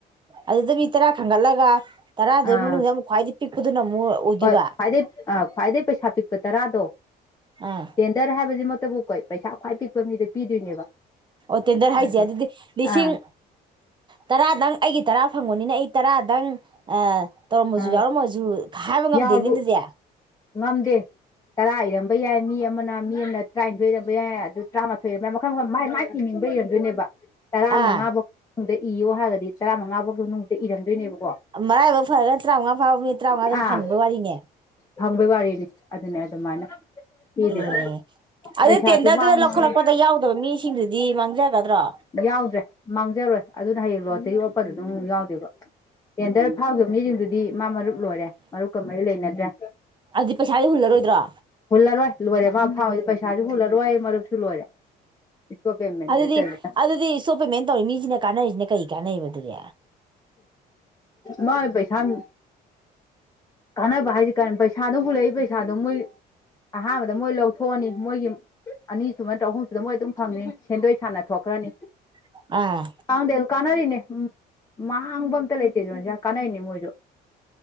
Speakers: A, on the right (about 30°); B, on the left (about 20°).
A: ꯑꯗꯨꯗ ꯃꯤ ꯇꯔꯥ ꯈꯟꯒꯠꯂꯒ ꯇꯔꯥꯗꯨꯏ
B: ꯑꯥ
A: ꯃꯅꯨꯡꯗ ꯑꯃꯨꯛ ꯈ꯭ꯋꯥꯏꯗꯒꯤ ꯄꯤꯛꯄꯗꯨꯅ ꯑꯃꯨꯛ ꯑꯣꯏꯗꯣꯏꯕ
B: ꯍꯣꯏ ꯈ꯭ꯋꯥꯏꯗꯩ ꯑ ꯈ꯭ꯋꯥꯏꯗꯩ ꯄꯩꯁꯥ ꯄꯤꯛꯄ ꯇꯔꯥꯗꯣ
A: ꯑꯥ
B: ꯇꯦꯟꯗꯔ ꯍꯥꯏꯕꯁꯤ ꯇꯕꯨ ꯀꯣꯏ ꯄꯩꯁꯥ ꯈ꯭ꯋꯥꯏ ꯄꯤꯛꯄ ꯃꯤꯗ ꯄꯤꯗꯣꯏꯅꯦꯕ
A: ꯑꯣ ꯇꯦꯟꯗꯔ ꯍꯥꯏꯁꯦ
B: ꯑꯗꯨꯅ
A: ꯑꯗꯨꯗꯤ ꯂꯤꯁꯤꯡ
B: ꯑꯥ
A: ꯇꯔꯥꯗꯪ ꯑꯩꯒꯤ ꯇꯔꯥ ꯐꯪꯕꯅꯤꯅ ꯑꯩ ꯇꯔꯥꯗꯪ ꯇꯧꯔꯝꯃꯁꯨ
B: ꯑꯥ
A: ꯌꯥꯎꯔꯝꯃꯁꯨ ꯍꯥꯏꯕ ꯉꯝꯗꯦꯅꯤ
B: ꯌꯥꯎꯔꯁꯨ
A: ꯑꯗꯨꯗꯤ
B: ꯉꯝꯗꯦ ꯇꯔꯥ ꯏꯔꯝꯕ ꯌꯥꯏ ꯃꯤ ꯑꯃꯅ ꯃꯤ ꯑꯃꯅ ꯇꯔꯥꯅꯤꯊꯣꯏ ꯏꯔꯝꯕ ꯌꯥꯏ ꯑꯗꯨ ꯇꯔꯥꯊꯣꯏꯔꯝ ꯃꯈꯟ ꯃꯈ ꯃꯥꯏ ꯃꯒꯤ ꯏꯤꯅꯤꯡꯕ ꯏꯔꯝꯗꯣꯏꯅꯦꯕ ꯇꯔꯥꯃꯉꯥ
A: ꯑꯥ
B: ꯐꯥꯎ ꯃꯅꯨꯡꯗ ꯏꯌꯣ ꯍꯥꯏꯔꯒꯗꯤ ꯇꯔꯥꯃꯉꯥ ꯐꯥꯎꯒꯤ ꯃꯅꯨꯡꯗ ꯏꯔꯝꯗꯣꯏꯅꯦꯕ
A: ꯃꯔꯥꯏꯕꯛ ꯐꯔꯒꯅ ꯇꯔꯥꯃꯉꯥ ꯐꯥꯎꯕ ꯃꯤ ꯇꯔꯥꯃꯉꯥ ꯑꯗꯨꯝ
B: ꯑꯥ
A: ꯐꯪꯕ ꯋꯥꯔꯤꯅꯦ
B: ꯐꯪꯕꯩ ꯋꯥꯔꯤꯅꯤ ꯑꯗꯨꯅꯦ ꯑꯗꯨꯃꯥꯏꯅ ꯄꯤꯗꯦꯕ
A: ꯑꯦ ꯑꯗꯨ
B: ꯄꯩꯁꯥꯁꯨ
A: ꯇꯦꯟꯗꯔꯗꯨꯗ
B: ꯋꯥꯡꯅ
A: ꯂꯧꯈꯠꯂꯛꯄꯗ ꯌꯥꯎꯗꯕ ꯃꯤꯁꯤꯡꯗꯨꯗꯤ ꯃꯥꯡꯖꯒꯗ꯭ꯔꯣ
B: ꯌꯥꯎꯗ꯭ꯔꯦ ꯃꯥꯡꯖꯔꯣꯏ ꯑꯗꯨꯅ ꯍꯌꯦꯡ ꯂꯣ ꯑ ꯑꯣꯄꯗꯨ ꯑꯗꯨꯝ ꯌꯥꯎꯗꯦꯕ ꯇꯦꯟꯗꯔ ꯐꯥꯎꯗꯕ ꯃꯤꯁꯤꯡꯗꯨꯗꯤ ꯃꯥ ꯃꯔꯨꯞ ꯂꯣꯏꯔꯦ ꯃꯔꯨꯞꯀ ꯃꯔꯤ ꯂꯩꯅꯗ꯭ꯔꯦ
A: ꯑꯗꯨꯗꯤ ꯄꯩꯁꯥꯗꯤ ꯍꯨꯜꯂꯔꯣꯏꯗ꯭ꯔꯣ
B: ꯍꯨꯜꯂꯔꯣꯏ ꯂꯣꯏꯔꯦ ꯃꯥ ꯐꯥꯎꯕꯗꯤ ꯄꯩꯁꯥꯁꯨ ꯍꯨꯜꯂꯔꯣꯏ ꯃꯔꯨꯞꯁꯨ ꯂꯣꯏꯔꯦ ꯏꯁꯇꯣꯞ ꯄꯦꯃꯦꯟꯗ
A: ꯑꯗꯨꯗꯤ
B: ꯇꯧꯔꯤꯁꯦ
A: ꯑꯗꯨꯗꯤ ꯁꯣꯞ ꯄꯦꯃꯦꯟ ꯇꯧꯔꯤ ꯃꯤꯁꯤꯅ ꯀꯥꯟꯅꯔꯤꯁꯤꯅ ꯀꯔꯤ ꯀꯥꯟꯅꯩꯕ ꯑꯗꯨꯗꯤ
B: ꯃ ꯄꯩꯁꯥꯝ ꯀꯥꯟꯅꯕ ꯍꯥꯏꯁꯤ ꯀ ꯄꯩꯁꯥꯗꯣ ꯍꯨꯜꯂꯛꯏ ꯄꯩꯁꯥꯗꯨꯣ ꯃꯣꯏ ꯑꯍꯥꯟꯕꯗ ꯃꯣꯏ ꯂꯧꯊꯣꯛꯑꯅꯤ ꯃꯣꯏꯒꯤ ꯑꯅꯤꯁꯨꯨꯕ ꯅ꯭ꯔ ꯑꯍꯨꯝꯁꯨꯗ ꯃꯣꯏ ꯑꯗꯨꯝ ꯐꯪꯅꯤ ꯁꯦꯟꯗꯣꯏ ꯁꯥꯟꯅ ꯊꯣꯛꯈ꯭ꯔꯅꯤ
A: ꯑꯥ
B: ꯀꯥꯡꯗꯦ ꯑꯗꯨ ꯀꯥꯟꯅꯔꯤꯅꯦ ꯃꯥꯡꯕ ꯑꯝꯇ ꯂꯩꯇꯦ ꯖꯣꯟꯁ ꯀꯅꯥꯩꯅꯤ ꯃꯣꯏꯗꯨ